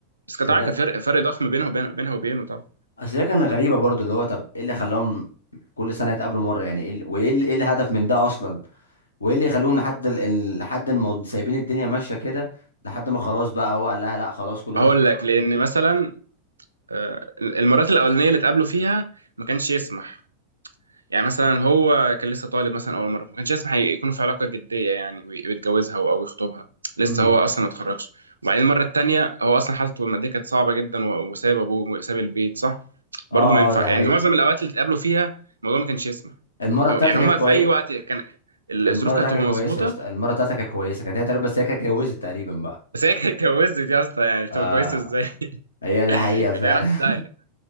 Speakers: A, on the right (about 80°); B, on the left (about 70°).
A: بس كان
B: فده
A: طبعا كان فرق فرق ضخم بينه وبين بينها وبينه طبعا
B: اصل هي كانت غريبه برضو اللي هو طب ايه اللي خلاهم كل سنه يتقابلوا مره يعني ايه ال- وايه ال- ايه الهدف من ده اصلا وايه اللي يخليهم لحد ال... ال- لحد ما سايبين الدنيا ماشيه كده لحد ما خلاص بقى هو قال لها لا خلاص كل واحد
A: اقول لك لان مثلا آه، المرات الاولانيه اللي اتقابلوا فيها ما كانش يسمح يعني مثلا هو كان لسه طالب مثلا اول مره ما كانش يسمح يكونوا في علاقه جديه يعني وي- ويتجوزها او أو يخطبها لسه
B: امم
A: هو اصلا ما اتخرجش وبعدين المره التانيه هو اصلا حالته الماديه كانت صعبه جدا و- وساب ابوه وساب البيت صح
B: اه
A: برضه ما ينفع
B: اه ده حقيقي
A: يعني معظم الاوقات اللي اتقابلوا فيها الموضوع ما كانش يسمح
B: المره التالتة
A: يعني
B: كانت
A: هما
B: كويسه
A: في اي وقت كان الظروف
B: المره
A: كانت
B: بتاعتك كانت
A: هتبقى
B: كويسه
A: مظبوطه
B: يا اسطى المره بتاعتك كانت كويسه كانت هي تقريبا بس هي كانت اتجوزت تقريبا بقى
A: بس هي كانت اتجوزت يا اسطى يعني تبقى
B: اه
A: كويسه ازاي
B: هي دي
A: <laughs>
B: حقيقه
A: كانت
B: فعلا
A: هي راحت في
B: <laughs>
A: داهيه